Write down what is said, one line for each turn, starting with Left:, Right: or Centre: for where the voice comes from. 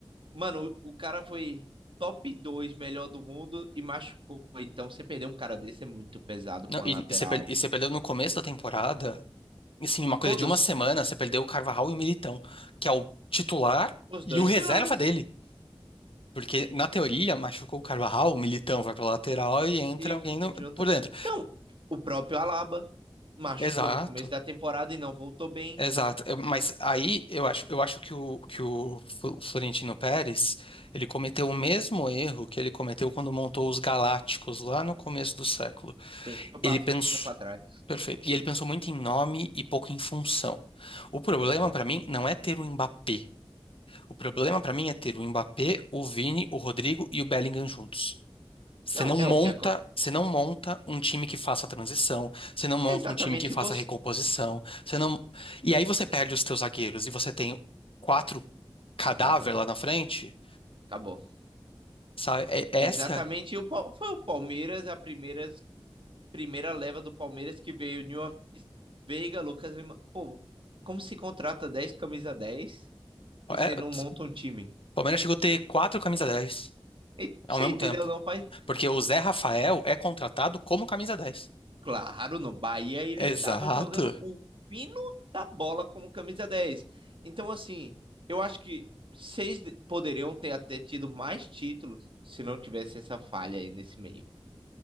Right: Mano, o cara foi top 2 melhor do mundo e machucou. Então, você perder um cara desse é muito pesado
Left: Não,
Right: pra
Left: e,
Right: uma lateral.
Left: e você per- e você perdeu no começo da temporada, assim, uma coisa
Right: Todos,
Left: de uma semana, você perdeu o Carvajal e o Militão, que é o titular
Right: os
Left: e
Right: dois
Left: o reserva
Right: pilares.
Left: dele. Porque, na teoria, machucou o Carvajal, o Militão vai pra lateral e entra
Right: E
Left: alguém no-
Right: junta.
Left: por dentro.
Right: Não, o próprio Alaba machucou
Left: Exato,
Right: no começo da temporada e não voltou bem.
Left: exato. Eu- Mas aí eu acho, eu acho que o, que o Fl- Florentino Pérez, ele cometeu o mesmo erro que ele cometeu quando montou os Galácticos lá no começo do século.
Right: Pegou
Left: Ele
Right: pra frente
Left: pensou.
Right: e não pra trás.
Left: Perfeito. E ele pensou muito em nome e pouco em função. O problema
Right: Exato.
Left: pra mim não é ter o Mbappé. O problema pra mim é ter o Mbappé, o Vini, o Rodrigo e o Bellingham juntos. Você
Right: Não,
Left: não monta,
Right: é o que acontece.
Left: você não monta um time que faça a transição, você não monta
Right: É exatamente
Left: um time que faça
Right: você.
Left: a recomposição, você não. E aí você perde os teus zagueiros e você tem quatro cadáver
Right: Exatamente.
Left: lá na frente,
Right: Acabou.
Left: sabe? É- é
Right: Exatamente,
Left: essa
Right: o, Pal- foi o Palmeiras, a primeira, primeira leva do Palmeiras que veio de uma vez. Veiga, Lucas Lima. Pô, como se contrata 10 camisa 10 e
Left: é-
Right: você não
Left: o
Right: monta um time?
Left: Palmeiras chegou a ter quatro camisa 10
Right: E, você
Left: ao mesmo
Right: entendeu?
Left: tempo.
Right: Não faz.
Left: Porque o Zé Rafael é contratado como camisa 10.
Right: Claro, no Bahia ele
Left: Exato.
Right: tava jogando o fino da bola como camisa dez Então, assim, eu acho que vocês poderiam ter até tido mais títulos se não tivesse essa falha aí nesse meio.